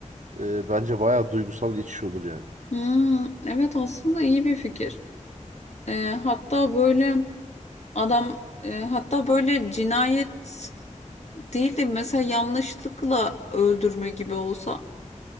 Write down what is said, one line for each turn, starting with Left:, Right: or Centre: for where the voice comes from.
Right: e, bence bayağı duygusal geçiş olur yani.
Left: hmm. Evet aslında iyi bir fikir. Ee, hatta böyle adam e, hatta böyle cinayet değil de mesela yanlışlıkla öldürme gibi olsa.